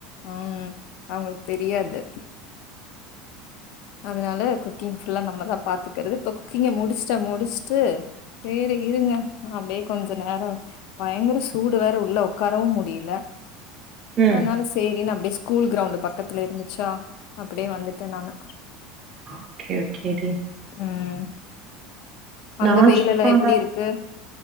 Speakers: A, on the left (about 60°); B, on the right (about 30°).
A: ம் அவுங்ளுக்கு தெரியாது அதனால குக்கிங் ஃபுல்லா நம்மதான் பாத்துக்கறது இப்போ குக்கிங்க முடிஸ்ட்டன் முடிஸ்ட்டு சேரி இருங்க நா அப்டியே கொஞ்சோ நேரோ பயங்கர சூடு வேற உள்ள ஒக்காரவோ முடியுல
B: ம்
A: ஆ அதனால சேரினு அப்டியே ஸ் கூல் கிரௌண்டு பக்கத்துல இருந்துச்சா அப்படியே வந்துட்டேன் நானு
B: ஓகே ஓகே டீல்
A: ம் அங்க
B: நா
A: வெயிலெல்லா
B: சும்மாதா
A: எப்புடி இருக்கு